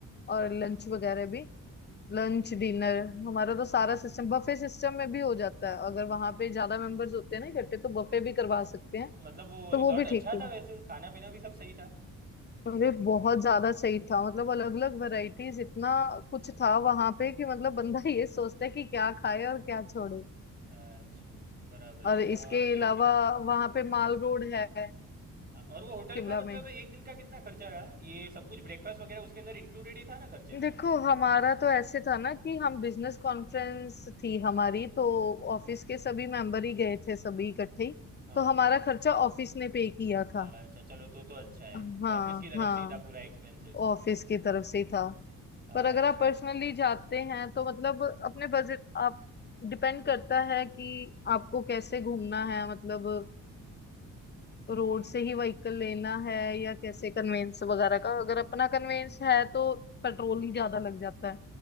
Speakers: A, on the left (about 30°); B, on the right (about 30°).
A: और लंच वगैरह भी लंच
B: ओके
A: डिनर हमारा तो सारा सिस्टम बफे सिस्टम में भी हो जाता है अगर वहां पे ज्यादा मेंबर्स होते हैं ना इकट्ठे तो बफे भी करवा सकते हैं
B: मतलब वो
A: तो
B: रिजॉर्ट
A: वो भी ठीक
B: अच्छा
A: है
B: था वैसे खाना पीना भी सब सही था
A: अरे बहुत ज्यादा सही था मतलब अलग अलग वैरायटीज इतना कुछ था वहां पे कि मतलब बंदा ये सोचता है कि क्या खाए और क्या छोड़े
B: अच्छा, बराबर
A: और
B: है
A: इसके
B: और ये
A: अलावा वहां पे माल रोड है
B: हाँ, और वो होटल
A: शिमला
B: का मतलब
A: में
B: एक दिन का कितना खर्चा रहा ये सब कुछ ब्रेकफास्ट वगैरह उसके अंदर इंक्लूडेड ही था ना खर्चे
A: देखो
B: में
A: हमारा तो ऐसे था ना कि हम बिजनेस कॉन्फ्रेंस थी हमारी तो ऑफिस के सभी मेंबर ही गए थे सभी इकट्ठे ही
B: हाँ
A: तो हमारा खर्चा ऑफिस ने पे किया था
B: अच्छा चलो तो तो अच्छा है
A: हाँ
B: ऑफिस की तरफ
A: हाँ
B: से ही था पूरा एक्सपेंसेस
A: ऑफिस
B: हम्म,
A: की तरफ से ही था पर
B: अच्छा
A: अगर आप पर्सनली जाते हैं तो मतलब अपने बजट आप डिपेंड करता है कि आपको कैसे घूमना है मतलब
B: हम्म
A: रोड से ही व्हीकल लेना है या कैसे कन्वेंस वगैरह का अगर अपना कन्वेंस है तो पेट्रोल ही ज्यादा लग जाता है